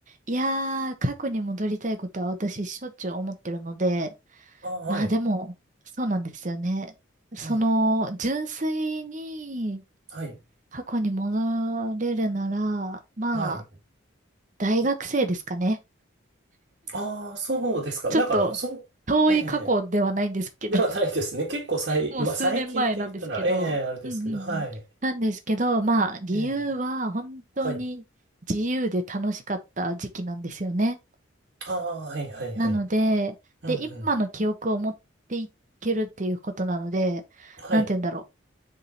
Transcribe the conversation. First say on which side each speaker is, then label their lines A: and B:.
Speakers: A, on the right; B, on the right.
A: いやー、過去に戻りたいことは私しょっちゅう思ってるので、
B: あ、はい。
A: まあでも、そうなんですよね。その、
B: ええ、
A: 純粋に
B: はい。
A: 過去に戻れるなら、まあ、
B: はい。
A: 大学生ですかね。
B: ああ、そうですか。
A: ちょっと、
B: なんか、そう、
A: 遠い過去ではないんですけど
B: ええではないですね。結構最、
A: もう数年前なんですけど、
B: まあ、最近って言ったら、ええあれですけど、
A: うんうんうん。
B: はい。
A: なんですけど、まあ、理由は本当に自由で楽しかった時期なんですよね。
B: ええはい。ああ、はいはいはい。
A: なので、
B: うんうん。
A: で、今の記憶を持っていけるっていうことなので、
B: はい。
A: なんて言うんだろう。